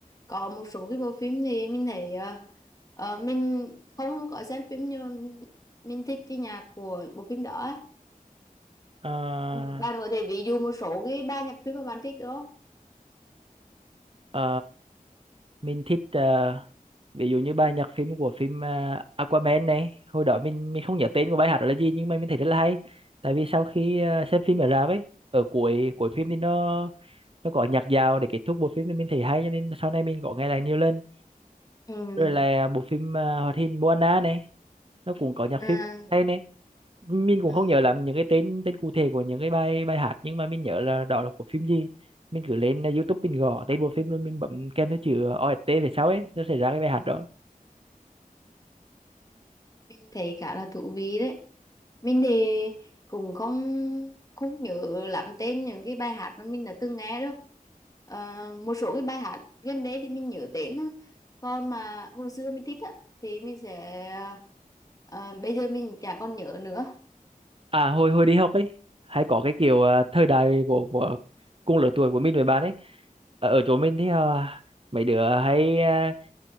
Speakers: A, on the left; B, on the right.
A: có một số cái bộ phim thì mình thấy ờ, ờ, mình không có xem phim nhưng mình thích cái nhạc của bộ phim đó á.
B: À,
A: Ừ, bạn có thể ví dụ một số cái ba nhạc phim mà bạn thích được không
B: à, mình thích ờ, ví dụ như bài nhạc phim của phim ờ, Aquaman này hồi đó mình mình không nhớ tên của bài hát đó là gì nhưng mà mình thấy rất là hay tại vì sau khi ờ, xem phim ở rạp ấy ở cuối cuối phim thì nó nó có nhạc dạo để kết thúc bộ phim thì mình thấy hay cho nên sau này mình có nghe lại nhiều lần
A: ừ.
B: rồi là bộ phim ờ, hoạt hình Moana này nó cũng có nhạc
A: à,
B: phim hay này mình cũng
A: à,
B: không nhớ lắm những cái tên tên cụ thể của những cái bài bài hát nhưng mà mình nhớ là đó là của phim gì mình cứ lên uh, YouTube mình gõ tên bộ phim rồi mình bấm kèm theo chữ OST về sau ấy nó sẽ ra cái bài hát đó
A: mình thấy khá là thú vị đấy mình thì cũng không không nhớ lắm tên những cái bài hát mà mình đã từng nghe đâu Ờ, một số cái bài hát gần đấy thì mình nhớ tên thôi còn mà hồi xưa mình thích á thì mình sẽ ờ, bây giờ mình chả còn nhớ nữa
B: à hồi hồi đi học ấy hay có cái kiểu uh, thời đại của, của cùng lứa tuổi của mình với bạn ấy ở, ở chỗ mình thì uh, mấy đứa hay uh,